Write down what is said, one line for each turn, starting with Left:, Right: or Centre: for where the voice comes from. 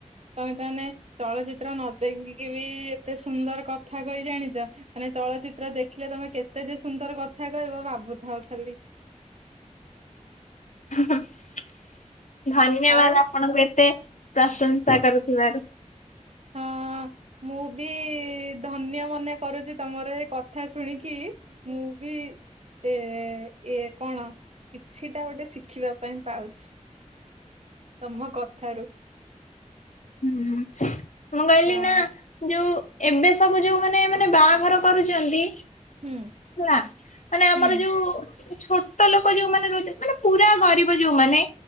Right: ତମେ ତାହେନେ ଚଳଚିତ୍ର ନ ଦେଖିକି ବି ଏତ୍ କେତେ ସୁନ୍ଦର କଥା କହି ଜାଣିଛ। ମାନେ ଚଳଚିତ୍ର ଦେଖିଲେ ତମେ କେତେ ଯେ ସୁନ୍ଦର କଥା କହିବ! ଭାବୁଥାଉ ଖାଲି।
Left: ହିଁ ହି। ଧନ୍ୟବାଦ
Right: ଆଉ
Left: ଆପଣଙ୍କୁ ଏତେ? ପ୍ରଶଂସା କରୁଥିବାରୁ।
Right: ହଁ, ମୁଁ ବି ଧନ୍ୟ ମନେ କରୁଛି। ତମର ଏ କଥା ଶୁଣିକି ମୁଁ ବି ଏଇ କଣ କିଛିଟା ଗୋଟେ ଶିଖିବା ପାଇଁ ପାଉଛି। ତମ କଥାରୁ।
Left: ହୁଁ <inaudible> ମୁଁ କହିଲି
Right: ହଁ
Left: ନା ଯୋଉ ଏବେ ସବୁ ଯୋଉ ମାନେ ମାନେ ବାହାଘର କରୁଚନ୍ତି?
Right: ହୁଁ
Left: ହେଲା ମାନେ ଆମର
Right: ହୁଁ
Left: ଯୋଉ ଛୋ ଛୋଟ ଲୋକ ଯୋଉଁମାନେ ରହୁଛନ୍, ମାନେ ପୁରା ଗରିବ ଯୋଉଁମାନେ